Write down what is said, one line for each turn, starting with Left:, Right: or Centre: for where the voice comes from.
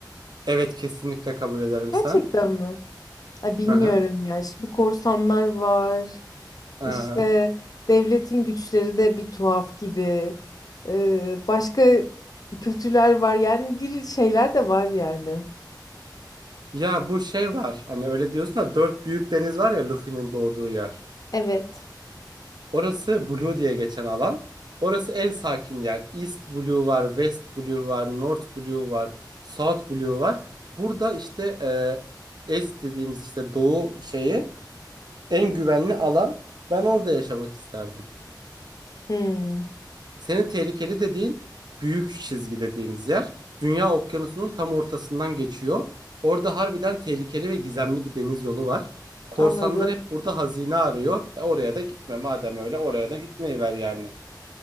Right: Evet kesinlikle kabul ederim
Left: Gerçekten
Right: sen.
Left: mi? Ay bilmiyorum
Right: Hı hı.
Left: ya. Şimdi korsanlar var.
Right: Hı
Left: İşte
Right: hı.
Left: devletin güçleri de bir tuhaf gibi. Ee, başka kötüler var. Yani bir şeyler de var yani.
Right: Ya bu şey var. Hani öyle diyorsun da dört büyük deniz var ya Luffy'nin doğduğu yer.
Left: Evet.
Right: Orası Blue diye geçen alan. Orası en sakin yer. East Blue var, West Blue var, North Blue var, South Blue var. Burada işte e, Est dediğimiz işte doğu şeyi en güvenli alan. Ben orada yaşamak isterdim.
Left: Hmm,
Right: Senin tehlikeli dediğin büyük çizgi dediğimiz yer. Dünya okyanusunun tam ortasından geçiyor. Orada harbiden tehlikeli ve gizemli bir deniz yolu var. Korsanlar
Left: anladım.
Right: hep burada hazine arıyor. E oraya da gitme madem öyle oraya da gitmeyiver yani.